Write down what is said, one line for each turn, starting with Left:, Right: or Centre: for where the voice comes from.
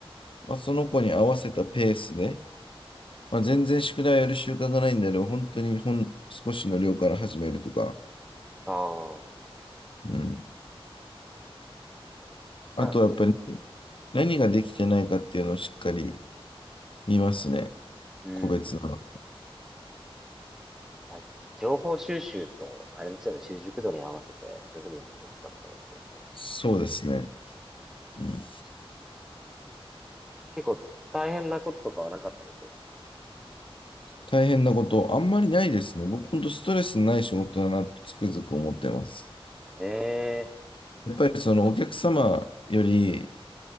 Left: まあ、その子に合わせたペースで、まあ、全然宿題やる習慣がないんであれば、本当にほん少しの量から始めるとか、
Centre: ああ。
Left: うん。
Centre: まあ
Left: あとはやっぱり何ができてないかっていうのをしっかり見ますね。
Centre: うん。
Left: 個別なの。
Centre: まあ情報収集と、あれですよね、習熟度に合わせて、どういうふうにやっていくかとかですよね。
Left: そうですね。うん、
Centre: し結構大変なこととかはなかったですか、今まで。
Left: 大変なこと、あんまりないですね。僕、本当ストレスない仕事だなとつくづく思ってます。
Centre: ええ
Left: やっぱりそのお客様より